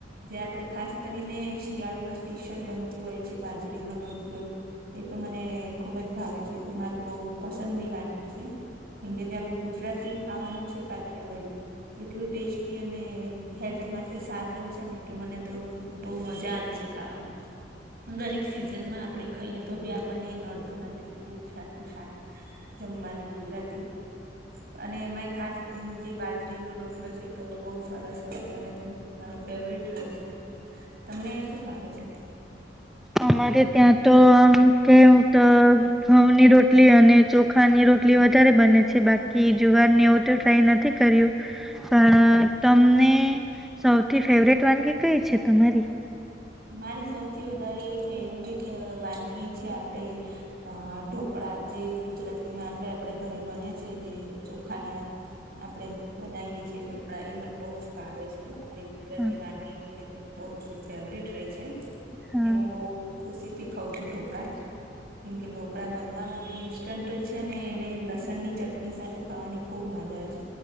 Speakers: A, on the right (about 55°); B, in the centre.
A: જે આપણેે ખાસ કરીને શિયાળામાં સ્પેશિયલ બનતું હોય છે, બાજરીનો રોટલો એ તો મને ખુબ જ ભાવે છે, એ તો મારું બોવ પસંદી વાનગી છે. કે જે આપડું ગુજરાતી ખાવાનું છે, કઠિયાવાડી એટલું ટેસ્ટી અને હેલ્થ માટે સારું હોય છે, ને એટલે મને તો બો મજા આવે છે, ખાવાની દરેક સિઝનમાં આપડે ખાઈએ તો બી આપણને નડતું નથી એવું છે, આપણું શાક જમવાનું ગુજરાતી અને એમાંય ખાસ કરીને જે બાજરીનું રો ટલો છે, તો બોવ સરસ છે, મને તો મારું ફેવરટ રહે છે. તમને શું ભાવે છે?
B: અમારે ત્યાં તો આમ કેવું તો ઘઉની રોટલી અને ચોખાની રોટલી વધારે બને છે, બાકી જુવાર ને એવું તો ટ્રાય નથી કર્યું પણ તમને સૌથી ફેવરેટ વાનગી કઈ છે, તમારી
A: મારી સૌથી વધારે ફેવરટ વાનગી છે, આપડે અ ઢોકળા જે ગુજરાતીમાં આપણે આપણા ઘરે બને છે, જે ચોખાના આપણેે બનાવીએ છેએ ઢોકડાએ મને બો જ ભાવે છે, મારી કુદરતી
B: હા
A: વાનગી બો જ ફેવરીટ રેય છે.
B: હા
A: એ હું બો ખુશી થી ખઉં છું ઢોકળા કેમકે ઢોકળા બનવામાં બી <unintelligible> છે ને એને લસણની ચટણી સાથે ખાવાની ખુબ મજા આવે છે.